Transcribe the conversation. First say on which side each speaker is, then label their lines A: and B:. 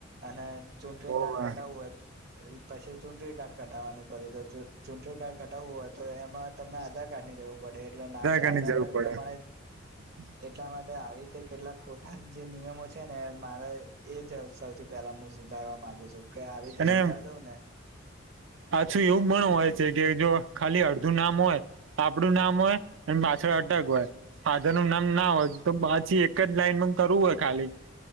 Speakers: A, on the right (about 55°); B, on the right (about 75°).
A: અને ચૂંટણી
B: હોવે
A: કાર્ડ
B: હોવે
A: કટાવવું હોય પછી ચૂંટણી કાર્ડ કટાવાનું ક્યું તો ચુંટણી કાર્ડ કટાવવું હોય તો એમાં તમને આધાર કાર્ડ ની જવું પડે એટલે નામ તો
B: કાર્ડની
A: આધાર
B: જરૂર
A: કાર્ડ પ્રમાણે
B: <inaudible>
A: એટલા માટે આવી રીતે કેટલા ખોટા જે નિયમો છે ને મારે એ જ સૌથી પેલા હું સુધારવા માંગુ છું કે આવી રીતે
B: અને
A: સુધાર દવ ને
B: પાછું એવું પણ હોય છે કે જો ખાલી અડધું નામ હોય આપડું નામ હોય એ પાછળ અટક હોય ફાધર નું નામ ના હોય તો પછી એક જ લાઈનમાં કરવું હોય ખાલી